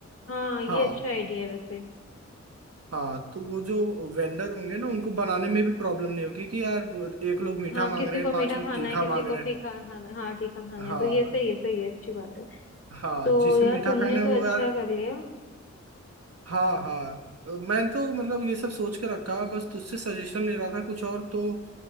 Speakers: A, on the left; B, on the right.
A: हाँ ये
B: हाँ
A: अच्छा आइडिया है वैसे
B: हाँ तो वो जो वेंडर होंगे ना उनको बनाने में भी प्रॉब्लम नहीं होगी कि यार एक लोग मीठा
A: हाँ
B: मांग
A: किसी
B: रहे
A: को
B: हैं पांच
A: मीठा
B: लोग
A: खाना
B: तीखा
A: है किसी
B: मांग
A: को
B: रहे
A: फीका
B: हैं
A: खाना हाँ तीखा खाना
B: हाँ
A: है तो ये सही ये सही है अच्छी बात है
B: हाँ
A: तो
B: जिसे
A: यार
B: मीठा
A: तुमने
B: खाना है
A: तो
B: वो
A: अच्छा
B: यार
A: कर लिया
B: हाँ हाँ तो मैं तो मतलब ये सब सोच के रखा बस तुझसे सजेशन ले रहा था कुछ और तो